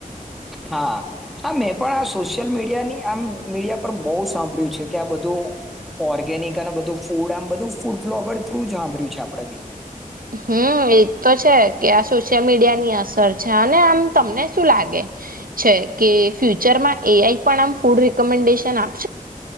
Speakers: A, in the centre; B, on the right (about 80°).
A: હા હા મેં પણ આ સોશિયલ મીડિયાની આમ મીડિયા પર બહુ સાંભળ્યું છે કે આ બધું ઓર્ગેનિક અને બધું ફૂડ આમ બધું ફૂડ બ્લોગર થ્રુ સાંભર્યું છે આપડે બી
B: હમ એ તો છે કે આ સોશિયલ મીડિયાની અસર છે અને આમ તમને શું લાગે છે કે ફ્યુચરમાં એ આઈ પણ આ ફૂડ રેમેન્ડેશન આપ